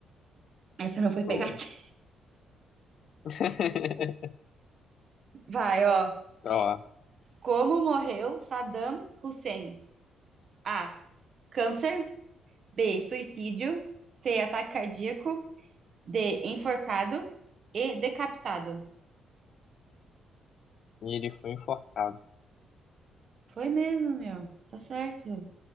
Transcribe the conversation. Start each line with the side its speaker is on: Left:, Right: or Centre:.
Right: Essa não foi pegativa.
Left: Boa. <laughs>
Right: Vai, ó.
Left: Ó,
Right: Como morreu Saddam Hussein? A. Câncer. B. Suicídio. C. Ataque cardíaco. De enforcado e decapitado.
Left: e ele foi enforcado.
Right: Foi mesmo, meu. Tá certo.